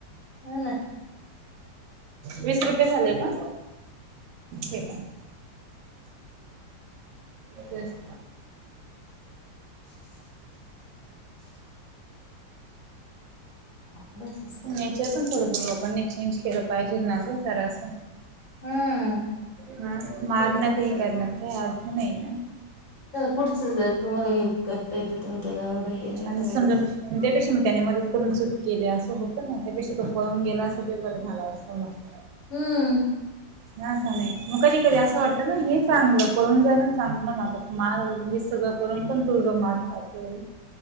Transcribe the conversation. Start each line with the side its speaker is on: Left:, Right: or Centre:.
Left: ह ना.
Right: वीस रुपये झालेय का? हे. तेच
Left: <unintelligible> एवढंच असतंय
Right: नचर पण थोडफ लोकांनी चेंज केलं पाहिजे ना ग जरा असं.
Left: हम्म.
Right: हा मारण्यात हे करण्यात का अर्थ नाही ना.
Left: चला पुढचं जर तुम्हाला हेल्प करता येत तुम्ही? त्याला एवढं हे नाही
Right: आणि
Left: करायला
Right: समजा
Left: पाहिजे
Right: त्यापेक्षा त्याने मदत करून चूक केली असं होतं ना त्यापेक्षा तो पळून गेला असं ते बरं झाला असतं मग
Left: हम्म.
Right: ना ख नाही मग कधी कधी असं वाटत ना हे चांगलं पळून जाण चांगलं ना म म वि त करून पण तुझ मार खातोय.